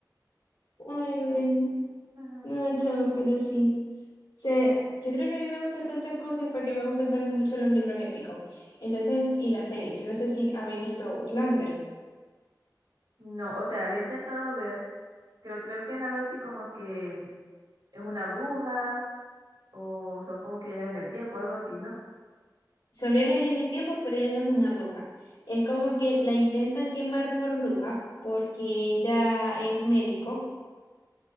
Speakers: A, on the left; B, on the right.
A: Ay, bueno.
B: Ah.
A: No, chavo, pero sí. O sea, yo creo que a mí me gustan tantas cosas porque me gustan también mucho los libros épicos. Entonces, y la serie. Yo no sé si habéis visto Outlander.
B: No, o sea, la he intentado ver. Creo, creo que es algo así como que es una bruja o son como que viajan en el tiempo, algo así, ¿no?
A: Son viajes en el tiempo, pero ella no es una bruja. Es como que la intentan quemar por bruja porque ella es médico